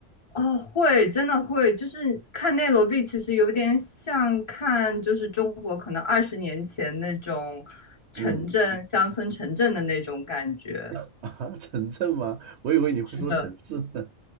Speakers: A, on the left; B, on the right.
A: 哦，会，真的会，就是看内罗毕，其实有点像看就是中国可能二十年前那种城镇、
B: 嗯
A: 乡村城镇的那种感觉。
B: <laughs> 啊，城镇吗？我以为你会说城市呢。
A: 是的，